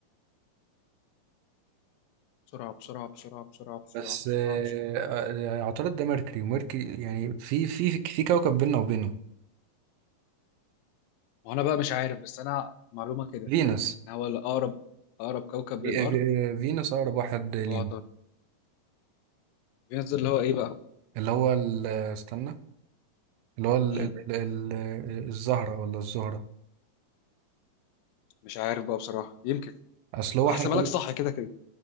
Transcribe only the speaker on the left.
بسرعه بسرعه بسرعه بسرعه بسرعه
بسرعه
بسرعه
وانا بقى مش عارف بس انا معلومه كده
إن هو الاقرب اقرب كوكب
للارض
هو عطارد فينوس اللي هو ايه بقى
مم.
مش عارف بقى بصراحه يمكن
هحسبها
لك صح كده كده